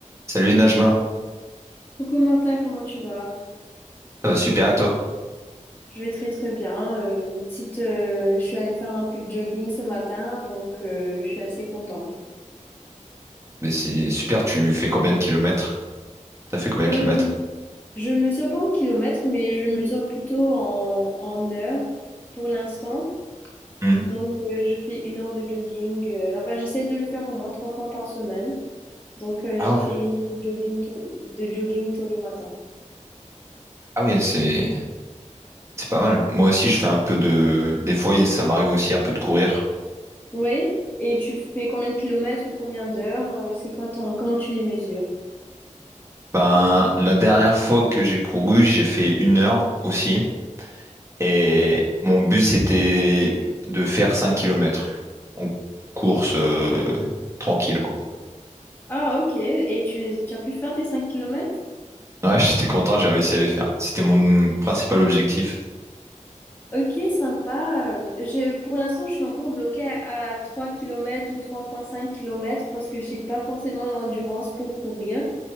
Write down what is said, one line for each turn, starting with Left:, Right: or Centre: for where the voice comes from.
Right: Salut Najma,
Left: Coucou Martin, comment tu vas?
Right: ça va super et toi?
Left: Je vais très très bien. Euh, une petite, euh, je suis allée faire un peu de jogging ce matin, donc euh, je suis assez contente.
Right: Mais c'est super, tu fais combien de kilomètres? T'as fait combien de
Left: Euh,
Right: kilomètres?
Left: je mesure pas en kilomètres, mais je mesure plutôt en, en heures pour l'instant.
Right: Hmm.
Left: Donc euh, je fais une heure de jogging. euh, enfin, j'essaie de le faire au moins trois fois par semaine. Donc euh,
Right: Ah
Left: j'ai
Right: ouais.
Left: fait une heure de jogging tôt, de jogging tôt le matin.
Right: Ah oui, c'est c'est pas mal. Moi aussi, je fais un peu de... Des fois, il- ça m'arrive aussi un peu de courir.
Left: Oui. Et tu fais combien de kilomètres ou combien d'heures? Euh, C'est quoi ton, comment tu les mesures?
Right: Ben, la dernière fois que j'ai couru, j'ai fait une heure aussi. Et mon but, c'était de faire 5 kilomètres en course euh, tranquille, quoi.
Left: Ah, ok. Et tu les, tu as pu faire tes cinq kilomètres
Right: Ouais, <laughs> j'étais content, j'ai réussi à les faire. C'était mon principal objectif.
Left: Ok, sympa. Euh, Je, pour l'instant, je suis encore bloquée à, à 3 km ou trois virgule cinq kilomètres parce que j'ai pas forcément l'endurance pour courir.